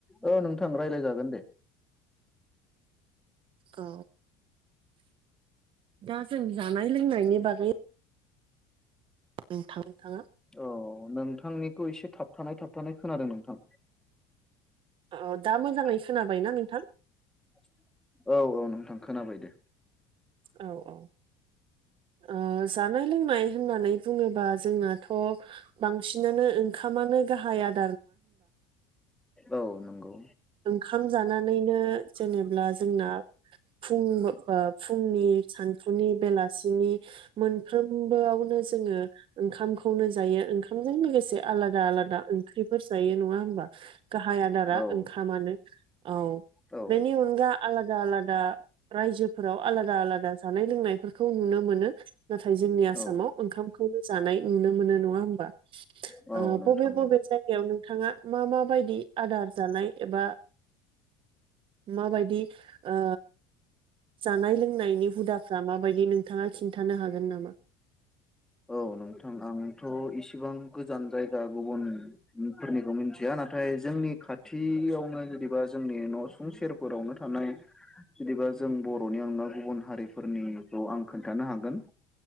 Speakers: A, in the centre; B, on the right.
A: औ नोंथां राय्लायजागोन दे
B: औ दा जों जानाय लोंनायनि बागै नोंथां थाङा
A: औ नोंथांनिखौ एसे थाबथानाय थाबथानाय खोनादों नोंथां
B: औ दा मोजाङै
A: <inaudible>
B: खोनाबायना नोंथां
A: औ औ नोंथां खोनाबाय दे
B: औ औ ओ जानाय-लोंनाय होननानै बुङोबा जोंनाथ' बांसिनानो ओंखामानो गाहाय आ
A: औ नंगौ
B: ओंखाम जानानैनो जेनेब्ला जोंना फुं ओ फुंनि, सानफुनि, बेलासिनि मोनफ्रोमबोआवनो जोङो ओंखामखौनो जायो। ओंखामजों लोगोसे आलादा आलादा ओंख्रिफोर जायो नङा हबा गाहाय आदारा
A: औ
B: ओंखामानो औ
A: औ
B: बेनि अनगा आलादा-आला दा रायजोफोराव आलादा-आलादा जानाय- लोंनायफोरखौ नुनो मोनो। नाथाय जोंनि आसामाव
A: औ
B: ओंखामखौनो जानाय नुनो मोनो नङा होमबा।
A: औ
B: ओ
A: नोंथां
B: बबे बबे
A: औ
B: जायगायाव नोंथाङा मा मा बायदि आदार जानाय एबा माबायदि ओ जानाय लोंनायनि हुदाफ्रा माबायदि नोंथाङा खिन्थानो हागोन नामा?
A: औ नोंथां आंथ' इसिबां गोजान जायगा गुबुन फोरनिखौ मिथिया नाथाय जोंनि खाथियावनो जुदिबा जोंनि न' सुं सेरफोरावनो थानाय जुदिबा जों जों बर'नि अनगा गुबुन हारिफोरनिखौ आं खोन्थानो हागोन